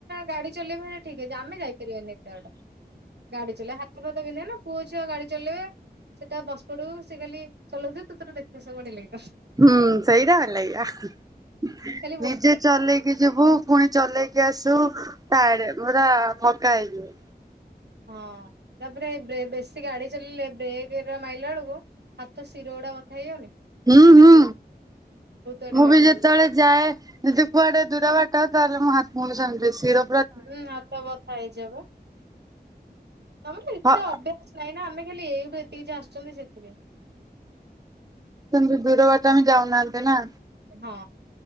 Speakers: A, on the right (about 80°); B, on the right (about 20°).
A: ଗାଡି ଚଲେଇବା ଠିକ ଅଛି ଆମେ ଯାଇପାରିବାନି ଏତେ ବାଟ ଗାଡି ଚ ହାତ ଫାତ ବିନ୍ଧେ ନା ପୁଅ ଛୁଆ ଆଉ ଗାଡି ଚଲେଇବେ ସେଟା ବସ ପଡୁ ସେ ଖାଲି ଚଲଉଛି ତତ ଦେଖେ ସବୁ ବଢି ଲାଗିଛି
B: ହୁଁ ସେଇରା ଭଲ ଲାଗିବ
A: ଖାଲି ବସିକି
B: ନିଜେ ଚଲେଇକି
A: ଚଲେଇବୁ
B: କି ଯିବୁ ପୁଣି ଚଲେଇକି ଆଶିବୁ ତାଡେ ପୁରା ଥକା ହେଇଯିବ।
A: ହଁ ତାପରେ ବେ ବେଶୀ ଗାଡି ଚଲେଇେ ବ୍ରେକ୍ ମାଇଲା ବେଳକୁ ହାତ ଶିରଉଡା ବଥା ହେଇ ଗଲେ।
B: ହୁଁ ହୁଁ
A: ବାଟ
B: ମୁଁ
A: ଗାଡି
B: ବି ଯେତେବେଳେ
A: ଚଲେଇବେ
B: ଯାଏ ଯଦି କୁଆଡେ ଦୂର ବାଟ ତାହେଲେ ମୋ ହାତ୍ ମୁଁ ବି ସେମତି ଶୀର
A: ହୁଁ ହାତ ବଥା ହେଇଯାଏ ବା ତମର ଏତେ
B: ହଁ
A: ଅଭ ଭ୍ୟାସ ନାଇଁ ନା ଆମେ ଖାଲି ଏଇଠୁ ଏତିକି ଯ ଆସୁଚନ୍ତି ସେଥିପାଇଁ।
B: ସେମତି ଦୂର ବାଟ ଆମେ ଯାଉ ନାହାନ୍ତି ନା।
A: ହଁ।